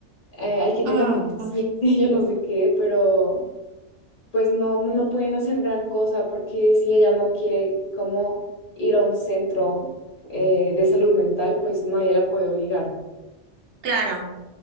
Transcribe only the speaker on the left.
eh, hay que tener
paciencia,
<laughs> yo no sé qué, pero pues no, no pueden hacer gran cosa porque si ella no quiere como ir a un centro eh, de salud mental, pues nadie la puede obligar.